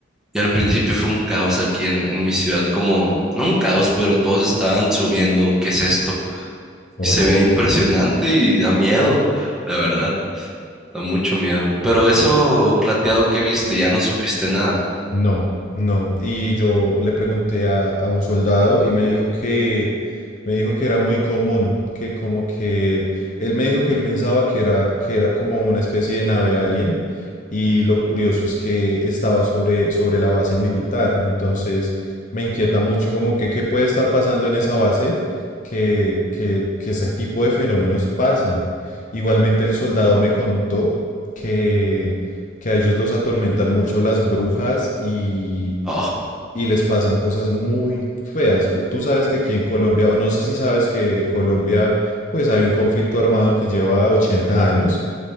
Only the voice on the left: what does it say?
Oye.
No, no. Y yo le pregunté a, a un soldado y me dijo que me dijo que era muy común, que como que él me dijo que él pensaba que era que era como una especie de nave alien. Y lo curioso es que estaba sobre, sobre la base militar, entonces me inquieta mucho como que qué puede estar pasando en esa base, que, que, que ese tipo de fenómenos pasan. Igualmente el soldado me contó que, que a ellos los atormentan mucho las brujas y,
y les pasan cosas muy feas. Tú, tú sabes que aquí en Colombia, o no sé si sabes que en Colombia pues hay un conflicto armado que lleva 80 años.